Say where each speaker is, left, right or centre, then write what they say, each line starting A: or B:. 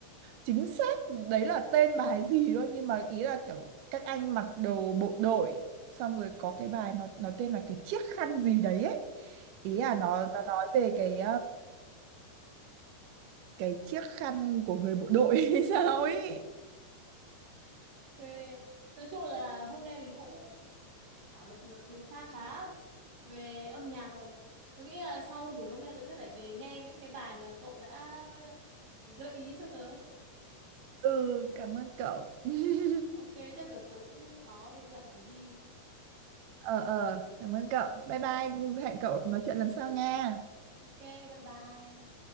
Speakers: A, on the right; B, on the right.
A: chính xác đấy là tên bài gì thôi nhưng mà ý là kiểu các anh mặc đồ bộ đội xong rồi có cái bài nó nó tên là cái chiếc khăn gì đấy ấy ý
B: ừ.
A: là nó nó nói về cái cái chiếc khăn của người bộ đội <laughs> hay sao ấy
B: Ok. nói chung là hôm nay mình cũng thảo luận được khá khá về âm nhạc và tôi nghĩ là sau buổi hôm nay tôi sẽ phải về nghe những cái bài mà cậu đã gợi ý cho tớ
A: ừ cảm ơn cậu <laughs>
B: ok chắc giờ tớ cũng có việc bận phải đi
A: ờ ờ cảm ơn cậu bye bye hẹn cậu nói chuyện lần sau nha
B: ok bye bye